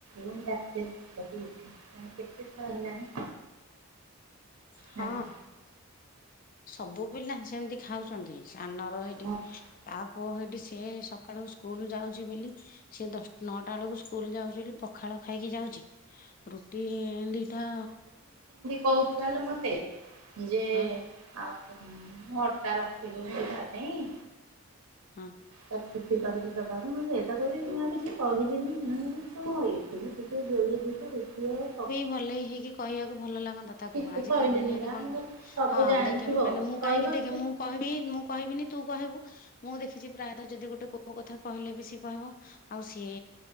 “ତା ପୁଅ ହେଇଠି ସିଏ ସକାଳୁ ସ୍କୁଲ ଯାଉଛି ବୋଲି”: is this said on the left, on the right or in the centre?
Left